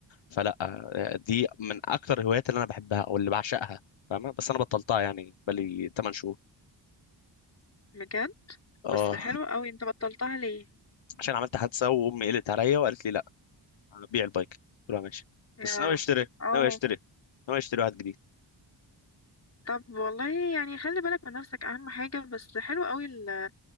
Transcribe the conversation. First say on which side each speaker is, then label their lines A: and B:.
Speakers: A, on the left; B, on the left.
A: فلا آه، دي من اكتر الهوايات اللي انا بحبها او اللي بعشقها فاهمة بس انا بطلتها يعني بقالي 8 شهور
B: بجد
A: اه
B: بس حلو قوي انت بطلتها ليه
A: عشان عملت حادثة وامي قلت عليا وقالت لي لا بيع البايك قلت لها ماشي
B: يا
A: بس ناوي اشتري
B: اه
A: ناوي اشتري ناوي اشتري واحد جديد
B: طب والله يعني خلي بالك من نفسك اهم حاجة بس حلو قوي ال-